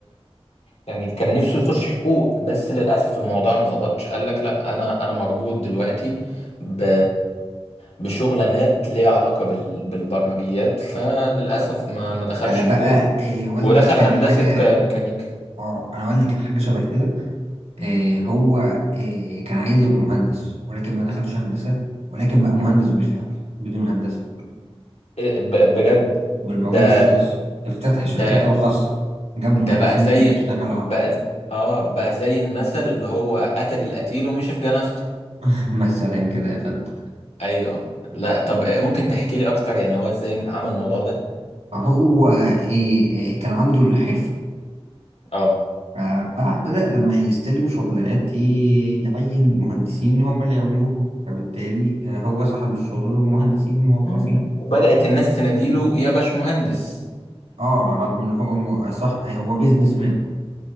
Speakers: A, on the left; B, on the right.
A: يعني كان نفسه يخش حقوق بس للأسف الموضوع ما ظبطش قال لك لا أنا أنا مربوط دلوقتي ب بشغلانات ليها علاقة بال... بالبرمجيات فللأسف ما ما دخلش
B: انا بقى
A: حقوق
B: آه، والدي
A: ودخل
B: كان
A: هندسة
B: حاجه
A: ك- ميكانيكا
B: اه انا والدي كان حاجه شبه كده
A: مم.
B: آه، هو آه، كان عايز يبقى مهندس ولكن ما دخلش هندسة ولكن بقى مهندس
A: مم.
B: بالفعل بدون هندسة
A: إيه ب... بجد
B: بالمجهود
A: ده
B: الشخصي افتتح شركته
A: ده
B: الخاصة جاب مهندسين
A: ده بقى زي
B: يشتغلوا عنده
A: بقى ز- اه بقى زي المثل اللي هو قتل القتيل ومشي في جنازته
B: <laughs> مثلا كده يا فندم
A: ايوه لا طب ممكن تحكي لي اكتر يعني هو ازاي عمل الموضوع ده
B: هو إيه إيه، كان عنده الحرفة
A: اه
B: فبدأ لما يستلم شغلانات ي- يعين مهندسين هم اللي يعملوه فبالتالي آه، هو صاحب الشغل ومهندسين موظفين
A: مم. وبدأت الناس تناديله يا باشمهندس
B: اه رغم ان هو م- صح آه، هو بيزنس مان